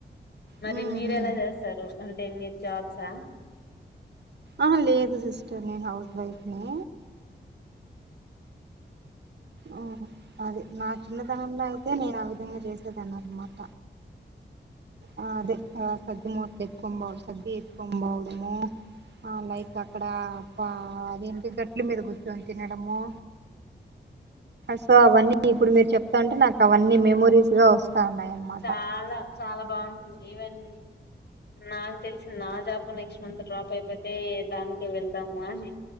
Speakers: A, on the left; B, on the right.
A: మరి
B: హ్మ్
A: మీరు
B: హ్మ్
A: ఎలా చేస్తారు అంటే మీరు జాబ్స్ ఆ
B: ఆహ లేదు సిస్టర్ నేను హౌస్ వైఫ్ నే ఆ అది నా చిన్నతనంలో అయితే నేను ఆ విధంగా చేస్ దాని అనమాట ఆ అదే పెద్ద ముట్ ఎత్తుకొని బోవ సద్ది ఎత్తుకొని బోవడము ఆ లైక్ అక్కడ పా అదేంటి గట్ల మీద కూర్చుని తినడము సో అవన్నీ ఇప్పుడు మీరు చెప్తాంటే నాకు అవన్నీ మెమరీస్ గా వొస్ స్తుండయ్ అనమాట
A: చాలా చాలా బాగుంటుంది ఈవెన్ నాకు తెలిసి నా జాబు నెక్స్ట్ మంత్ డ్రాప్ అయిపోతే దానికె వెళ్దాము అని